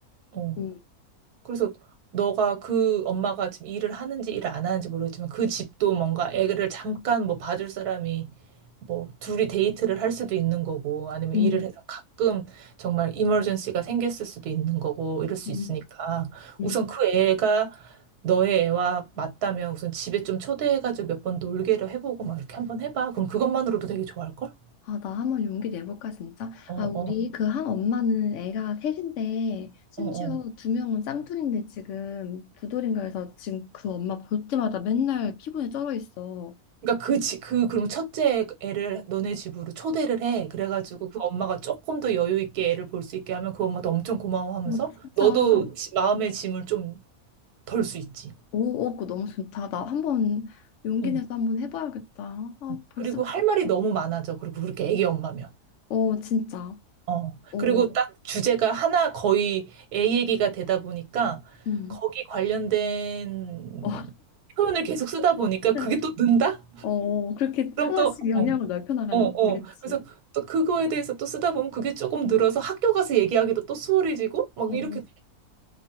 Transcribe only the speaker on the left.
음,
음.
음,
음, 음.
아, 나 한번 용기 내볼까, 진짜?
아, 우리
그 한 엄마는 애가 셋인데, 심지어
두 명은 쌍둥이인데 지금 두 돌인가 해서 지금 그 엄마 볼 때마다 맨날 피곤에 쩔어 있어.
어, 진짜.
오, 오, 그거 너무 좋다. 나 한번 용기
내서 한번 해봐야겠다. 아,
벌써부터
어, 진짜.
어,
음.
어,
<laughs>
어, 그렇게
하나씩
영역을
넓혀 나가는
거지, 그치?
어,